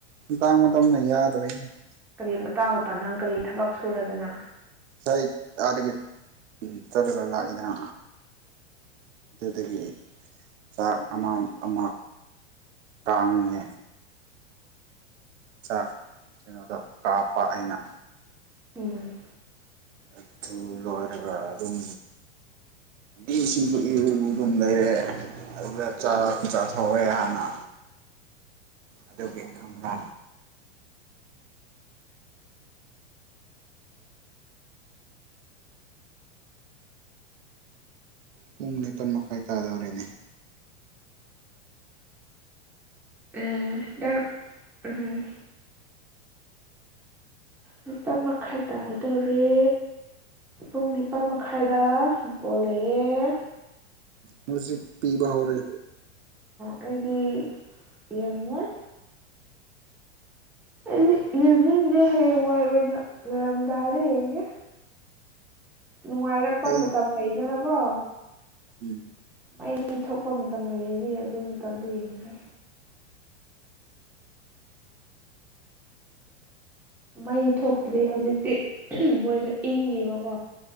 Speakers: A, on the right; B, in the centre.
A: ꯃꯇꯥꯡ ꯃꯇꯝꯅ ꯌꯥꯗꯕꯩꯅꯤꯅꯦ
B: ꯀꯔꯤ ꯃꯇꯥꯡ ꯃꯇꯝ ꯅꯪ ꯀꯔꯤ ꯊꯕꯛ ꯁꯨꯔꯗꯅ
A: ꯑꯩꯥ ꯑꯗꯗꯒꯤ ꯆꯠꯂꯒ ꯂꯥꯛꯏꯗꯅ ꯑꯗꯨꯗꯒꯤ ꯆꯥꯛ ꯑꯃ ꯑꯃ ꯇꯥꯡꯉꯦ ꯆꯥꯛ ꯀꯩꯅꯣꯗ ꯀꯥꯞꯄ ꯑꯩꯅ
B: ꯎꯝ
A: ꯑꯗꯨ ꯂꯣꯏꯔꯒ ꯑꯗꯨꯝ ꯏꯁꯤꯡꯁꯨ ꯏꯔꯨꯕ ꯑꯗꯨꯝ ꯂꯩꯔꯦ ꯑꯗꯨꯒ
B: ꯎꯝ
A: ꯆꯥꯛ ꯆꯊꯣꯛꯑꯦ ꯍꯥꯟꯅ ꯑꯗꯨꯒꯤ ꯈꯪꯕ꯭ꯔꯥ ꯄꯨꯡ ꯅꯤꯄꯜ ꯃꯈꯥꯏ ꯇꯥꯗꯧꯔꯦꯅꯦ
B: ꯑꯝ ꯏ ꯎꯝ ꯅꯤꯄꯥꯜ ꯃꯈꯥꯏ ꯇꯥꯒꯗꯧꯔꯦ ꯄꯨꯡ ꯅꯤꯄꯥꯜ ꯃꯈꯥꯏꯗꯕꯣꯜ ꯂꯩꯌꯦꯦ
A: ꯃ꯭ꯌꯨꯖꯤꯛ ꯄꯤꯕ ꯍꯧꯔꯦ
B: ꯍꯥꯏꯗꯤ ꯌꯦꯡꯉꯣꯏ ꯑꯩ ꯌꯦꯡꯅꯤꯡꯗꯦ ꯍꯌꯦꯡꯋꯥꯏ ꯑꯣꯏꯅ ꯉꯔꯝꯗꯥꯏꯗ ꯌꯦꯡꯒꯦ ꯅꯨꯡꯉꯥꯏꯔꯛꯄ
A: ꯑꯩ
B: ꯃꯇꯝ ꯂꯩ ꯁꯤ ꯂꯕꯣ
A: ꯎꯝ
B: ꯃꯩ ꯊꯣꯛꯄ ꯃꯇꯝ ꯂꯩꯔꯅꯦ ꯑꯗꯨ ꯃꯇꯝꯗꯣ ꯌꯦꯡꯒꯦ ꯃꯩ ꯊꯣꯛꯇ꯭ꯔꯤ ꯍꯧꯖꯤꯛꯇꯤ ꯃꯣꯏꯗꯣ ꯏꯪꯉꯤꯕꯀꯣ